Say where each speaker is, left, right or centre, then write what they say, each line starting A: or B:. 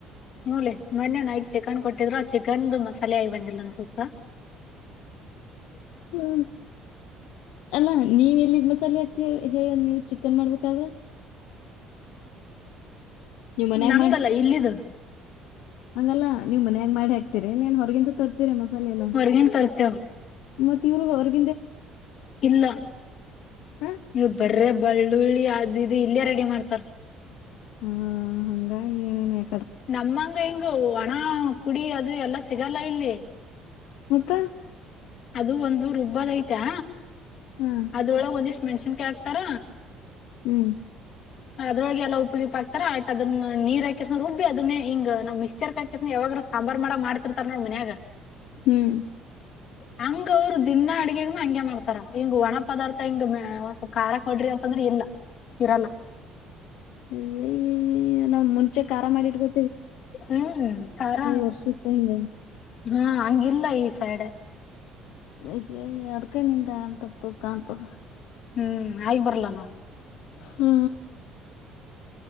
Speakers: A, on the left; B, on the left.
A: ಹೂ ಲೆ ಮೊನ್ನೆ ನೈಟ್ ಚಿಕನ್ ಕೊಟ್ಟಿದ್ರು ಆ ಚಿಕನ್ದು ಮಸಾಲೆ ಆಗಿ ಬಂದಿಲ್ಲ ಅನ್ಸುತ
B: ಹ್ಮ್ ಅಲ್ಲಾ ನೀವ ಎಲ್ಲಿದ ಮಸಾಲೆ ಹತ್ತಿ ಹೇಳ ನೀ ಚಿಕನ್ ಮಾಡ್ಬೇಕಾದ್ರ ನೀವ್ ಮನ್ಯಾಗ
A: ನಮ್ದಲ್ಲ ಇಲ್ಲಿದು
B: ಅಂಗಲ್ಲ ನೀವು ಮನ್ಯಾಗ ಮಾಡಿ ಹಾಕ್ತೀರಿ ಎನ್ ಹೊರ್ಗಿಂತ ತರ್ತೀರಾ ಮಸಾಲಿ ಎಲ್ಲ
A: ಹೊರ್ಗಿನ್ ತರ್ತೇವ
B: ಮತ್ತೆ ಇವ್ರಗ ಅವ್ರಿಗೆ
A: ಇಲ್ಲ
B: ಹ
A: ನೀವು ಬರ್ರ ಬೆಳ್ಳುಳ್ಳಿ ಅದು ಇದು ಇಲ್ಲೇ ರೆಡಿ ಮಾಡ್ತಾರ
B: ಹಾ ಹಂಗಾಗಿ ಏನೇನ್ ಯ
A: ನಮ್ಮಂಗ ಹಿಂಗ ವಣ ಪುಡಿ ಅದು ಇದು ಎಲ್ಲ ಸಿಗಲ್ಲ ಇಲ್ಲಿ
B: ಮತ್ತ
A: ಅದು ಒಂದು ರುಬ್ಬದ ಐತಾ
B: ಹಾ
A: ಅದೊಳಗೆ ಒಂದಿಷ್ಟ ಮೆಣಸಿನ್ಕಾಯಿ ಹಾಕ್ತಾರ
B: ಹ್ಮ್
A: ಅದ್ರೊಳಗೆ ಎಲ್ಲ ಉಪ್ಪಗಿಪ್ಪ ಹಾಕ್ತಾರ ಆಯ್ತ ಅದನ್ನ ನೀರ್ ಹಾಕಿಸ್ನ ರುಬ್ಬಿ ಅದನ್ನೇ ಹಿಂಗ ನಾವ್ ಮಿಕ್ಸರಕ ಹಾಕಿ ಯಾವಾಗ್ರ ಸಾಂಬಾರ್ ಮಾಡಗ ಮಾಡ್ತಿರ್ತಾರ ನೋಡ್ ಮನ್ಯಾಗ
B: ಹ್ಮ್
A: ಹಂಗ ಅವ್ರು ದಿನಾ ಅಡ್ಗೆಗ್ನು ಹಂಗೆ ಮಾಡ್ತಾರ ಹಿಂಗ್ ಒಣ ಪದಾರ್ಥ ಹಿಂಗ ಸ್ವಲ್ಪ ಖಾರ ಕೊಡ್ರಿ ಅಂತಂದ್ರೆ ಇಲ್ಲ ಇರಲ್ಲ
B: ಅಯ್ಯಯ ನಾವ್ ಮುಂಚೆ ಖಾರ ಮಾಡಿಟ್ಬೊ
A: ಹ್ಮ್ ತರ
B: ವರ್ಷಕ್ಕ ಹಿಂಗ
A: ಹಾ ಹಂಗಿಲ್ಲ ಈ ಸೈಡ್
B: ಐ ಐ ಅದಕ ನಿನ್ಂತತ ಕಾಣಂತದ
A: ಹ್ಮ್ ಆಯಿ ಬರ್ಲಲ್ಲ
B: ಹ್ಮ